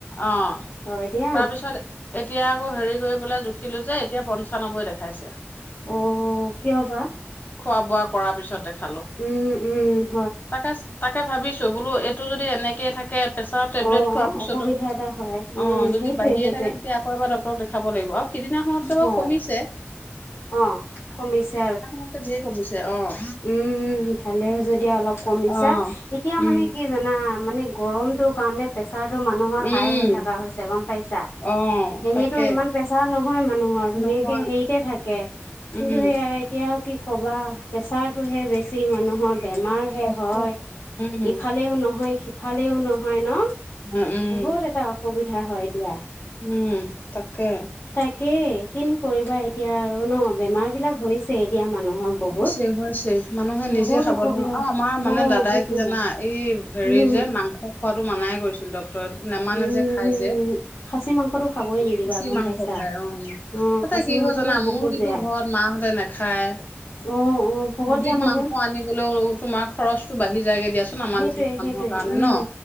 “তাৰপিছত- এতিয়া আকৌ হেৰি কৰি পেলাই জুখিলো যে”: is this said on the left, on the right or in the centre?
Left